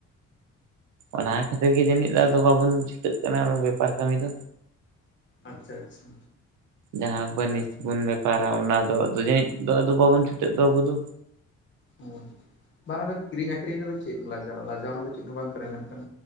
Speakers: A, on the right; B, on the left.
A: ᱚᱱᱟ ᱠᱷᱟᱹᱛᱤᱨ ᱜᱮ ᱡᱟᱹᱱᱤᱡ ᱫᱚ ᱟᱫᱚ ᱵᱟᱵᱚᱱ ᱪᱷᱩᱴᱟᱹᱜ ᱠᱟᱱᱟ ᱵᱮᱯᱟᱨ ᱠᱟᱹᱢᱤ ᱫᱚ᱾
B: ᱟᱪᱷᱟ ᱟᱪᱷᱟ᱾
A: ᱡᱟᱦᱟᱸ ᱵᱟᱹᱱᱤᱡᱽ ᱵᱩᱱ ᱵᱮᱯᱟᱨᱟ ᱚᱱᱟ ᱫᱚ ᱟᱫᱚ ᱡᱟᱹᱱᱤᱡ ᱫᱚ ᱟᱫᱚ ᱵᱟᱵᱚᱱ ᱪᱷᱩᱴᱟᱹᱜ ᱫᱚ ᱟᱵᱚ ᱫᱚ᱾
B: ᱦᱳᱭ᱾ ᱵᱟᱝ ᱟᱫᱚ ᱠᱤᱨᱤᱧ ᱟᱠᱷᱨᱤᱧ ᱨᱮᱫᱚ ᱪᱮᱫ ᱞᱟᱡ ᱞᱟᱡᱟᱣ ᱨᱮᱱᱟᱜ ᱫᱚ ᱪᱮᱫ ᱦᱚᱸ ᱵᱟᱝ ᱠᱟᱱᱟ, ᱢᱮᱱᱠᱷᱟᱱ